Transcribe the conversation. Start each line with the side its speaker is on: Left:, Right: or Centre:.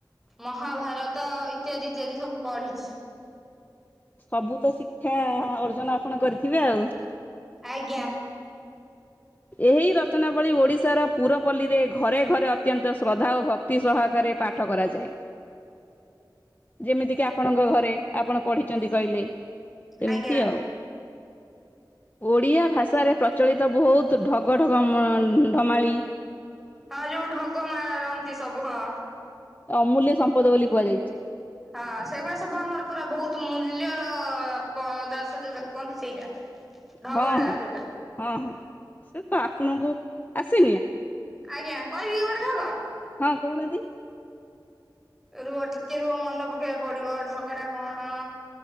Centre: ମହାଭାରତ ଇତ୍ୟାଦି ଇତ୍ୟାଦି ସବୁ ପଢିଛି।
Left: ସବୁ ତ ଶିକ୍ଷା ଅର୍ଜନ ଆପଣ କରିଥିବେ ଆଉ
Centre: ଆଜ୍ଞା
Left: ଏହି ରଚନାବଳିୀ ଓଡିଶାର ପୁରପଲ୍ଲୀରେ ଘରେ ଘରେ ଅତ୍ୟନ୍ତ ଶ୍ରଦ୍ଧା ଓ ଭକ୍ତି ସହାକାରେ ପାଠ କରାଯାଏ ଯେମିତିକି ଆପଣଙ୍କ ଘରେ ଆପଣ ପଢିଛନ୍ତି କହିଲେ। ଏମିତି
Centre: ଆଜ୍ଞା।
Left: ଆଉ ଓଡିଆ ଭାଷାରେ ପ୍ରଚଳିତ ବହୁତ ତ ଢଗ ଡମାଳି
Centre: ହଁ ଯୋଉ ଢଗ ମାରନ୍ତି ସବୁ ହଁ।
Left: ଅମୂଲ୍ୟ ସମ୍ପଦ ବୋଲି କୁହାଯାଇଛି।
Centre: ହଁ ସେଇଗୁଡା ସବୁ ଆମର ପୁରା ବହୁତ ମୂଲ୍ୟର ପଦାର୍ଥ ଯୋଉଟା କୁହନ୍ତି ସେଇଟା ଢଗଡା
Left: ହଁ ହଁ
Centre: ଯୋଉଟା
Left: ହଁ ହଁ ସେ ତ ଆପଣଙ୍କୁ ଆସିନି।
Centre: ଆଜ୍ଞା କହିବି କି ଗୋଟେ ଢଗ?
Left: ହଁ କହୁନାହାନ୍ତି।
Centre: ରୁହ ଟିକେ ରୁହ ମନେ ପକେଇବାକୁ ପଡିବ ଢଗ ଟା କଣ